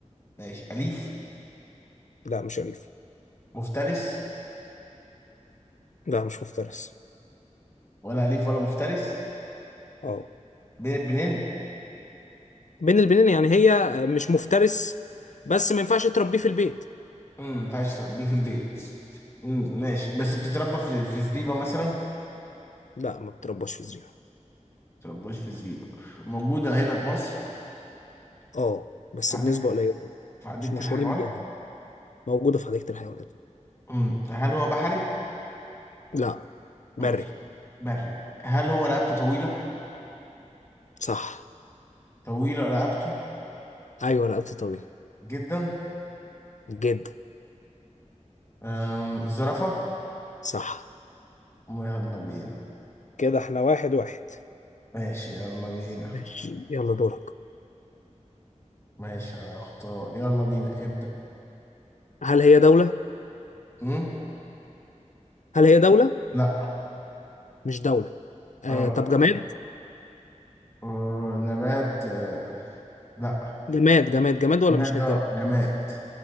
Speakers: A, on the left; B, on the left.
A: ماشي أليف
B: لا مش اليف
A: مفترس
B: لا مش مفترس
A: ولا أليف ولا مفترس
B: اه
A: بين البنين
B: بين البنين يعني هي آه، مش مفترس بس ما ينفعش تربيه في البيت
A: امم ما ينفعش تربيه في البيت امم ماشي بس بتتربى في في زريبة مثلا ما
B: لا ما بتربوش في زريبة
A: تربوش في زريبة موجودة هنا في مصر
B: اه بس
A: في حديقة
B: بنسبة قليلة
A: في حديقة
B: مش مشهورين
A: الحيوان
B: بيها موجودة في حديقة الحيوانات
A: امم هل هو بحري
B: لا بري
A: ماشي بري هل هو رقبته طويلة
B: صح
A: طويلة رقبته
B: أيوة رقبته طويلة
A: جدا
B: جدا
A: أم، الزرافة
B: صح
A: أم، يلا بينا
B: كده احنا واحد واحد
A: ماشي يلا بينا
B: ماشي يلا دورك
A: ماشي هختار يلا بينا ابدأ
B: هل هي دولة؟
A: أم؟
B: هل هي دولة؟
A: لا
B: مش دولة آه
A: اه
B: طب جماد؟
A: آه، نبات آه، لا
B: جماد جماد جماد ولا
A: جماد
B: مش جماد؟
A: اه جماد